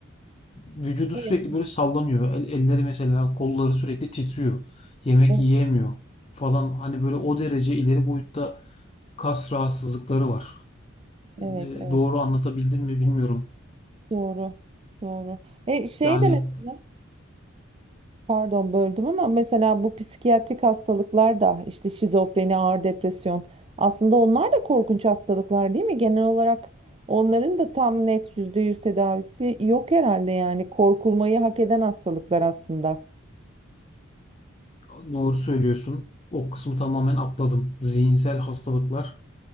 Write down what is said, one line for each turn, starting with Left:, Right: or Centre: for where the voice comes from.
Left: vücudu
Right: evet
Left: sürekli böyle sallanıyor. El- elleri mesela kolları sürekli titriyor. Yemek
Right: evet
Left: yiyemiyor falan hani böyle o derece ileri boyutta kas rahatsızlıkları var. Eee,
Right: evet evet,
Left: doğru anlatabildim mi bilmiyorum.
Right: doğru doğru. E şey
Left: Yani
Right: de mesela Pardon böldüm ama mesela bu psikiyatrik hastalıklar da işte şizofreni, ağır depresyon aslında onlar da korkunç hastalıklar değil mi? Genel olarak onların da tam net %100 tedavisi yok herhalde yani korkulmayı hak eden hastalıklar aslında.
Left: doğru söylüyorsun. O kısmı tamamen atladım. Zihinsel hastalıklar